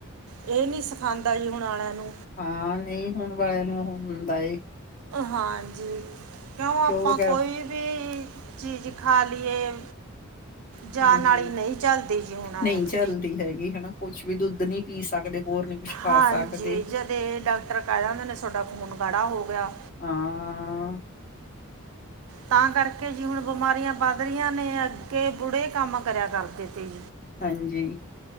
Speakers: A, on the right; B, on the left.
A: ਇਹ ਨੀ ਸਿਖਾਉਦਾ ਜੀ ਹੁਣ ਵਾਲਿਆਂ ਨੂੰ।
B: ਹਾਂ ਨਹੀਂ ਹੁਣ ਵਾਲਿਆਂ ਨੂੰ ਉਹ ਹੁੰਦਾ ਹੈ।
A: ਹਾਂਜੀ ਕਿਉਂ ਆਪਾਂ
B: ਘਿਓ ਵਗੈਰਾ
A: ਕੋਈ ਵੀ। ਚੀਜ਼ ਖਾ ਲਈਏ। ਜਾਨ
B: ਹਾਂਜੀ
A: ਵਾਲੀ ਨਹੀਂ ਚੱਲਦੀ ਜੀ ਹੁਣ ਵਾਲਿਆਂ
B: ਨਹੀਂ ਚੱਲਦੀ
A: ਤੋਂ
B: ਹੈਗੀ ਹਨਾ। ਕੁੱਝ ਵੀ ਦੁੱਧ ਨਹੀਂ ਪੀ ਸਕਦੇ। ਹੋਰ ਨੀ ਕੁਛ ਖਾ
A: ਹਾਂਜੀ
B: ਸਕਦੇ
A: ਜਦੇ ਡਾਕਟਰ ਕਹਿ ਦਿੰਦੇ ਨੇ ਤੁਹਾਡਾ ਖੂਨ ਗਾੜਾ ਹੋ ਗਿਆ।
B: ਹਾਂ
A: ਤਾਂ ਕਰਕੇ ਜੀ ਹੁਣ ਬਿਮਾਰੀਆਂ ਵੱਧ ਰਹੀਆਂ ਨੇ ਅੱਗੇ ਬੁੜੇ ਕੰਮ ਕਰਿਆ ਕਰਦੇ ਤੀ।
B: ਹਾਂਜੀ।